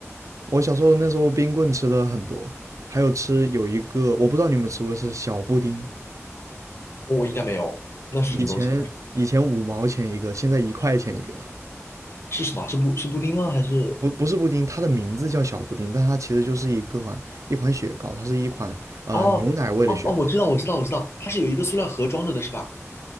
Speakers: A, on the right; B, on the left.
A: 我小时候那时候冰棍吃的很多，还有吃有一个我不知道你们吃过是小布丁，
B: 我应该没有，那是什么东西？
A: 以前以前五毛钱一个，现在一块钱一个。
B: 是什么？是布是布丁吗？还是？
A: 不不是布丁，它的名字叫小布丁，但它其实就是一个款一款雪糕，它是一款呃牛奶味的雪糕。
B: 哦哦哦，我知道，我知道，我知道，它是有一个塑料盒装着的，是吧？